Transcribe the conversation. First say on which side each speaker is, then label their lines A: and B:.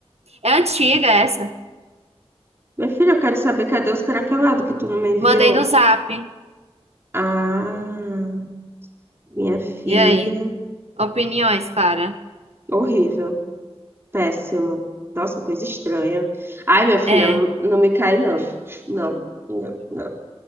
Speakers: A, on the right; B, on the right.
A: É antiga essa.
B: Minha filha, eu quero saber cadê os caracalados que tu não me enviou?
A: Mandei no zap.
B: Ah, minha filha.
A: E aí? Opiniões, Clara.
B: Horrível. Péssimo. Nossa, coisa estranha. Ai, minha filha,
A: É.
B: não não me cai, não. Não, não, não.